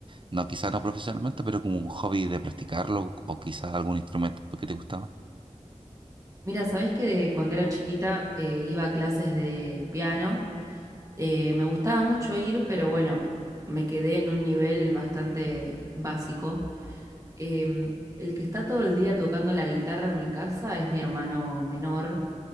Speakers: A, on the right; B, on the right.
A: no, quizás no profesionalmente, pero como un hobby de practicarlo o quizás algún instrumento que te gustaba.
B: Mira, ¿sabés que de cuando era chiquita eh, iba a clases de piano? Eh, me gustaba mucho ir, pero bueno, me quedé en un nivel bastante básico. Em, el que está todo el día tocando la guitarra en mi casa es mi hermano menor